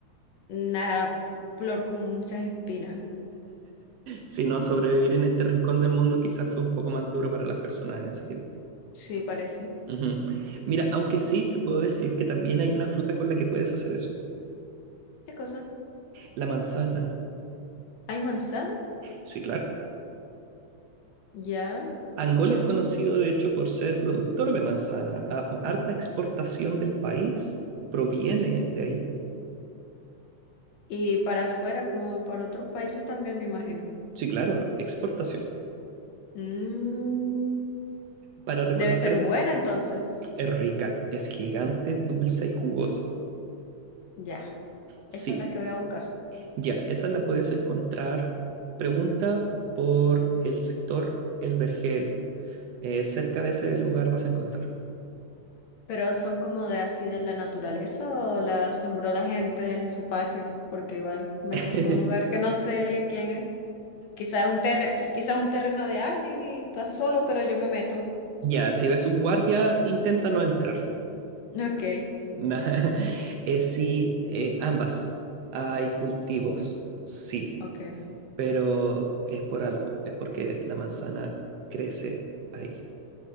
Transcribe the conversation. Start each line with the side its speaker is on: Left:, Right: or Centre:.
Left: una flor con muchas espinas.
Right: si no, sobrevivir en este rincón del mundo quizás fue un poco más duro para las personas en ese tiempo.
Left: Sí, parece.
Right: Ujú. Mira, aunque sí te puedo decir que también hay una fruta con la que puedes hacer eso.
Left: ¿Qué cosa?
Right: La manzana.
Left: ¿Hay manzana?
Right: Sí, claro.
Left: Ya.
Right: Angola es conocido, de hecho, por ser productor de manzana. A- Harta exportación del país proviene de ahí.
Left: Y para afuera, como para otros países también, me imagino.
Right: Sí, claro, exportación.
Left: Mmm.
Right: Para recolectar
Left: Debe ser
Right: es,
Left: buena entonces.
Right: es rica, es gigante, dulce y jugosa.
Left: Ya,
Right: Sí,
Left: esa es la que voy a buscar.
Right: ya, esa la puedes encontrar. Pregunta por el sector El Vergel. Eh, cerca de ese lugar vas a encontrar.
Left: Pero son como de así de la naturaleza o la sembró la gente en su patio, porque igual meterme
Right: <laughs>
Left: a un lugar que no sé quién es. Quizás un ter, quizás un terreno de alguien y estás solo, pero yo me meto.
Right: Ya, si ves un guardia, intenta no entrar.
Left: Ok,
Right: Na- <laughs> eh, sí, eh, ambas. Hay cultivos, sí,
Left: ok,
Right: pero es por algo, es porque la manzana crece ahí.